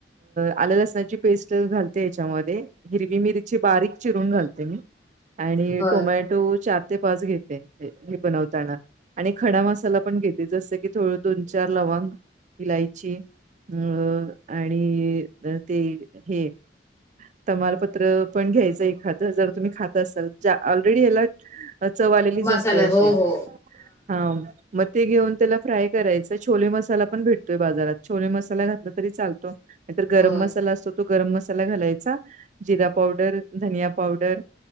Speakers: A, on the right; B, on the left.
A: आलं लसणाची पेस्ट घालत याच्यामध्ये हिरवी मिरची बारीक चिरून घालते मी आणि
B: होय
A: टोमॅटो चार ते पाच घेत बनताना आणि खडा मसाला पण घेते जस थोड दोन चार लवांग इलायची अ आणि ते हे तमालपत्र पण घ्यायचं एखादं जर तुम्ही खाता असाल ज ऑलरेडी हला अ चवा आलेलीच
B: मसाला
A: असते अशी
B: हो हो
A: हा मग ते घेऊन त्याला फ्राय करायचं छोले मसाला पण भेटतोय बाजारात छोले मसाला घातला तरी चालत नाही तर गरम
B: होय
A: मसाला असतो तो गरम मसा घालाय जरा पावडर न पावडर